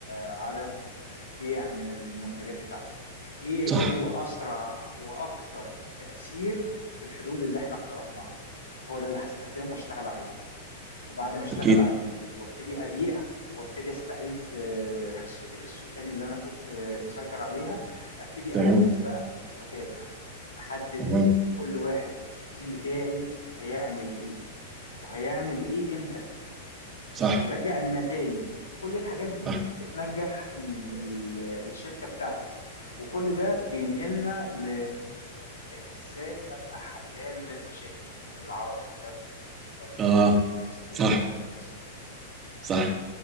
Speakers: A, on the left; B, on the right.
A: عدد بيع من المنتجات بتاعتي ايه
B: صح
A: هو اسرع واكتر تأثير في الحلول اللي احنا اقترحناها هو ده اللي هستخدمه واشتغل عليه وبعد ما اشتغل
B: أكيد
A: عليه وابتدي ابيع وابتدي استعيد آه، حصتي في السوق تاني اللي انا كنت آه، مسيطر عليها ابتدي
B: تمام
A: انفذ بقى واتابع احدد
B: تمام
A: كل واحد في التيم بتاعي هيعمل ايه وهيعمل ايه امتى
B: صح
A: وراجع النتائج كل الحاجات دي
B: صح
A: بتنجح ال ال الشركة بتاعتي وكل ده بينقلنا ل ازاي ابقى حلال للمشاكل بالعربي كده بال-
B: اه
A: بالمصرية
B: صح
A: باللهجة المصرية
B: صح